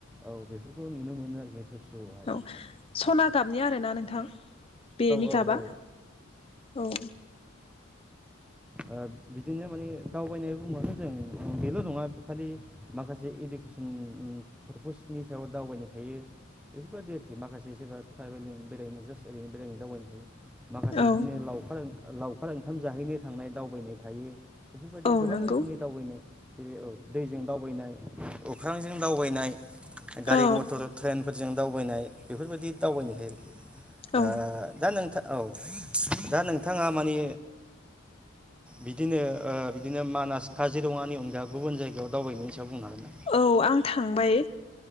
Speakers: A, in the centre; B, on the left.
A: औ बेफोरखौ नुनो मोनो आरोखि पेबसुवहाय
B: औ सना
A: औ।
B: गाबनि आरोना नोंथां बेनि
A: औ
B: गाबा
A: औ
B: औ।
A: ओ बिदिनो माने दावबायनाय बुंबाथ' जों बेल' नङा खालि माखासे इडुकेसन पारपसनि सायाव दावबायनो थायो बेफोरबायादि आरोखि माखासे सोरबा ट्राइभेलिं बेरायनो जास्ट ओरैनो बेरायनो दावबायनो थायो। माखासे
B: औ
A: बिदिनो लावखार ओं लावखार ओंखाम जाहैनो थांनाय दावबायनाय थायो बेफोरबायदि
B: औ
A: गोबां
B: नंगौ
A: रोखोमनि दावबायनाय जेरै औ दैजों दावबायनाय अख्रांजों दावबायनाय गारि
B: औ
A: मथर ट्रेन जों दावबायनाय बेफोरबायदि दावबायनो हायो
B: औ
A: ओ दा नोंथां औ। दा नोंथाङा माने बिदिनो बिदिनो मानास काजिरङानि अनगा गुबुन जायगायाव दावबायनायनि सायाव बुंनो हागोन। ना?
B: औ आं थांबाय